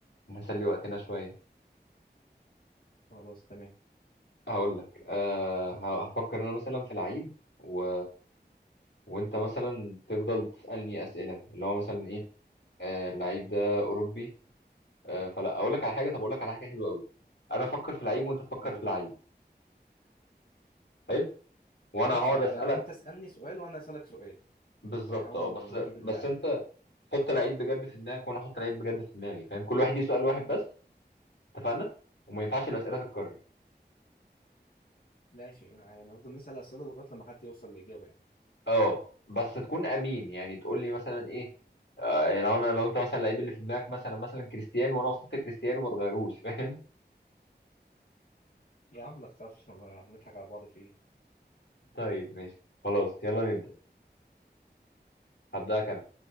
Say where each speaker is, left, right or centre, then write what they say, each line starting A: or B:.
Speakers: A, on the left (about 80°); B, on the left (about 60°).
A: نسلي وقتنا شويه
B: خلاص تمام
A: هقول لك أه ه- هفكر انا مثلا في لعيب و... وانت مثلا تفضل تسالني اسئله اللي هو مثلا ايه أه اللعيب ده اوروبي أه فلا اقول لك على حاجه طب اقول لك على حاجه حلوه قوي انا افكر في لعيب وانت تفكر
B: قول
A: في لعيب حلو وانا
B: ماشي
A: هقعد
B: آه،
A: اسالك
B: يعني أنت اسألني سؤال وأنا أسألك سؤال
A: بالظبط
B: ونحاول
A: اه
B: نجيب
A: بس بس
B: اللعيب
A: انت حط العيد بجد في دماغك وانا احط العيد بجد في دماغي فاهم كل واحد ليه سؤال واحد بس اتفقنا وما ينفعش الاسئله تتكرر
B: ماشي آه، يعني نفضل نسأل أسئلة لغاية لما حد يوصل لإجابة يعني
A: اه بس تكون امين يعني تقول لي مثلا ايه آه يعني لو انا لو انت مثلا اللعيب اللي في دماغك مثلا مثلا كريستيانو وانا وصلت كريستيانو ما تغيروش <laughs> فاهم
B: يا عم ما تخافش ما نضحك على بعض في إيه
A: طيب ماشي خلاص يلا نبدا هبدا كام